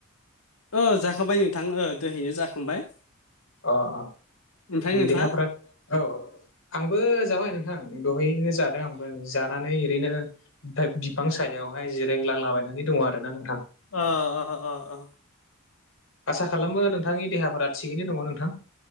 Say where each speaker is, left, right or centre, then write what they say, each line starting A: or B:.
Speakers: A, on the left; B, on the left.
A: ओ जाखांबाय नोंथां ओ दोहैनो जाखांबाय
B: अ अ
A: ओमफ्राय नोंथाङा
B: देहाफोरा औ औ आंबो जाबाय नोंथां दहायनो जादों आंबो जानानै ओरैनो बिफां सायावहाय जिरायलांला बायनानै दङ आरोना नोंथां
A: अ अ अ अ
B: आसा खालामो नोंथांनि देहाफोरा थिगैनो दङ नोंथां